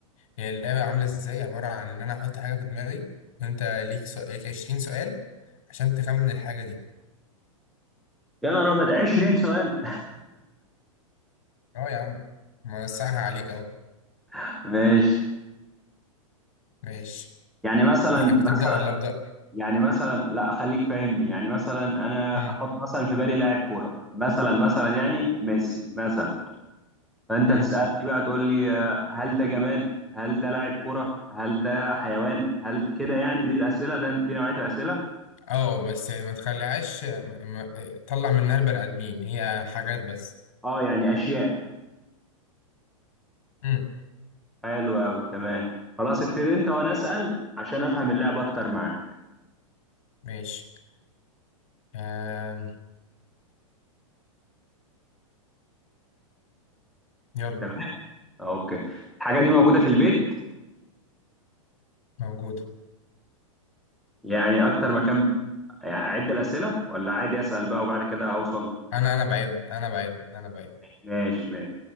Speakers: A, on the left (about 60°); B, in the centre.
A: هي اللعبه عامله ازاي عباره عن ان انا احط حاجه في دماغي وانت ليك سؤال ليك 20 سؤال عشان تخمن الحاجه دي
B: يا نهار ابيض 20 سؤال
A: اه يا عم موسعها عليك اهو
B: <laughs> ماشي
A: ماشي
B: يعني مثلا
A: تحب
B: مثلا
A: تبدا ولا ابدا
B: يعني مثلا لا خليك فاهمني يعني مثلا انا
A: امم
B: احط مثلا في بالي لاعب كورة مثلا مثلا يعني ميسي مثلا فانت
A: امم
B: تسألني بقى تقول لي آه، هل ده جماد هل ده لاعب كورة هل ده حيوان هل كده يعني دي الأسئلة ده دي نوعية الأسئلة
A: اه بس ما تخليهاش ما... ما... طلع منها البني ادمين هي حاجات بس
B: اه يعني أشياء
A: امم
B: حلو أوي تمام خلاص ابتدي أنت وأنا أسأل عشان أفهم اللعب أكتر معاك
A: ماشي آم... يلا
B: تمام أوكي الحاجة دي موجودة في البيت
A: موجود
B: يعني أكتر مكان يعني أعد الأسئلة ولا عادي أسأل بقى وبعد كده أوصل
A: انا انا بعد انا بعد انا بعد
B: ماشي ماشي